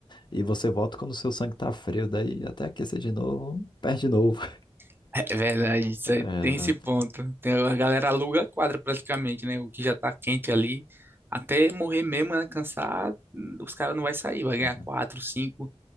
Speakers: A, on the left; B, on the right.
A: e você volta quando o seu sangue tá frio, daí até aquecer de novo, perde de novo. <laughs>
B: <laughs> É verdade, isso aí,
A: É,
B: tem
A: exato.
B: esse ponto. Tem, a galera aluga a quadra praticamente, né? O que já tá quente ali, até morrer mesmo, né, cansar, os caras não vai sair, vai ganhar
A: Aham.
B: quatro, cinco